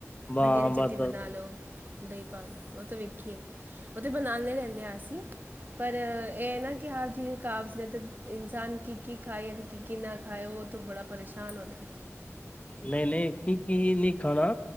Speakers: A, on the left (about 25°); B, on the right (about 40°).
A: ਵਾਹ
B: ਧਨੀਏ ਦੀ
A: ਬਸ
B: ਚੱਟੀ ਬਨਾ ਲੋ। ਦਈਂ ਭਾਲ ਓ ਤੇ ਵੇਖੇਆ ਈ ਓ ਤੇ ਬਣਾਨਦੇ ਰੇਨੇਂ ਆਂ ਅਸੀ। ਪਰ ਐ ਨਾ ਕਿ ਹਰ ਚੀਜ਼ ਕਾਬਜ਼ ਨੇ ਤੇ ਇਨਸਾਨ ਕੀ-ਕੀ ਖਾਈਏ ਤੇ ਕੀ-ਕੀ ਨਾ ਖਾਏ ਓ ਤੇ ਬੜਾ ਪਰੇਸ਼ਾਨ ਹੋ ਜਾਏ।
A: ਨਈ-ਨਈ ਕੀ-ਕੀ ਏ ਨਈ ਖਾਣਾ।